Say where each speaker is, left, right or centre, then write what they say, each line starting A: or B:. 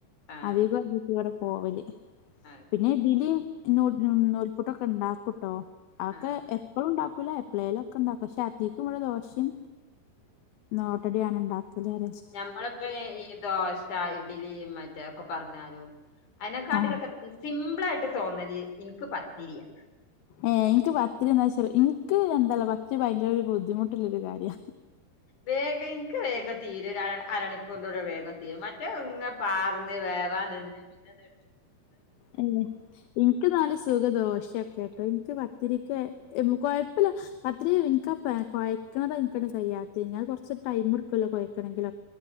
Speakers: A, on the left; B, on the left.
A: ആഹ്
B: അധികം ഡി കൂടി പോവല്
A: അത്
B: പിന്നെ
A: ശരി
B: ഡിലി. നൂൽപുട്ടൊക്കെ ഉണ്ടാക്കൂട്ടോ അതൊക്കെ
A: ആഹ്
B: എപ്പഴും ണ്ടാക്. ആക്കുല എപ്പളെലും ഒക്കെ ഉണ്ടാക്കും പക്ഷെ അധിക്കും ഇവിടെ ദോഷിം ഓട്ടടിംആണ് നോട്ട ഉണ്ടാക്കല് അറ.
A: ഞമ്മളിപ്പോ ദോ ഇഡലി മറ്റെ ഒക്കെ പറഞ്ഞാലും അതിനെക്കാട്ടിലൊക്കെ.
B: ആഹ്
A: സിമ്പിൾ ആായിട്ട് തോന്നല് എനിക്ക് പത്തിരിയാ.
B: ഏ എനിക്ക് പത്തിരി എന്താച്ച എനിക്ക് എന്താചല് പത്തിരി ഭയങ്കര ഒരു ബുദ്ധിമുട്ടുള്ളരു കാര്യ.
A: വേഗം എനിക്ക് വേഗം തീരും അരണിക്കൂറിന്റെ വേഗം തീരും. മറ്റേ പാർന്ന് വേവാൻ നിന്ന് പിന്നെ എ.
B: അല്ലെ എനിക്ക് നല്ല സുഖദോശയൊക്കെ കേട്ടോ എനിക്ക് പത്തിരിക്ക് കൊഴപ്പില്ല. പത്തിരി എനിക്ക് കൊഴയ്ക്ക്ണത് എന കഴ്യാത്ത കഴിഞ്ഞാൽ കുറച്ച് ടൈം എടുക്കല്ലോ കുഴക്കണെങ്കെ.